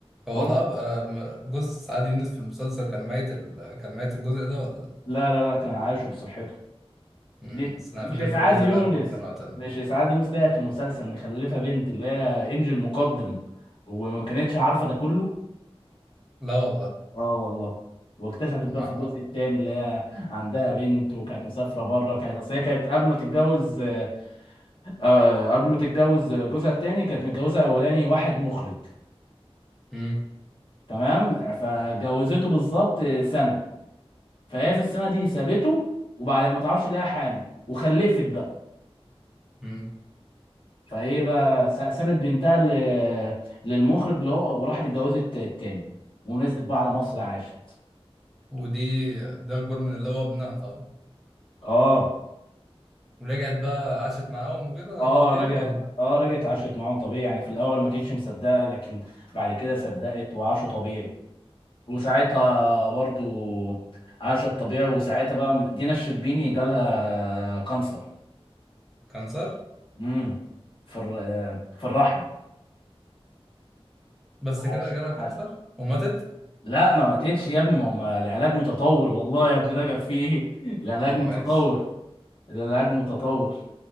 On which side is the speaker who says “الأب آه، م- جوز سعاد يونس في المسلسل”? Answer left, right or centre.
Centre